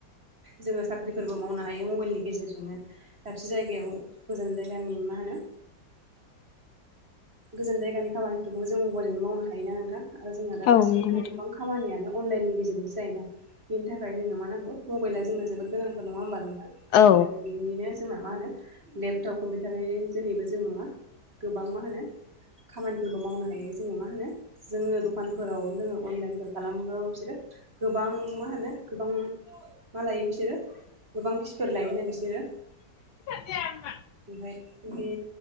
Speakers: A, on the right; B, on the left.
A: जोङो साख्रिफोरबो मावनो हायो मबाइलनि गेजेरजोंनो दाबसे जायगायाव गोजान जायगानि मा होनो गोजान जायगानि खामानिफोरखोबो जों मबेलजोंनो मावनो हायोना नोंथां आरो जोंहा दा
B: औ
A: गासिबोखौनो
B: नंगौ नोंथां
A: गोबां खामानियानो अनलाइननि गेजेरजोंसो जायोना बेनि थाखाय जोंनो मा नांगौ मबाइला जोंनो जोबोद गोनांथार नङा होमबा नोंथां
B: औ
A: आरो बेनिनो जोंना मा होनो लेपटप कम्पिउटारनि जोहैबो जोंङो गोबां मा होनो खामानिफोरखौ मावनो हायो जोङो मा होनो जोङो दखानफोराव जोङो अनलाइनफोर खालामोबाबो बिसोरो गोबां मा होनो गोबां मा लायो बिसोरो गोबां फिसफोर लायोना बिसोरो
B: <inaudible>
A: ओमफ्राय बे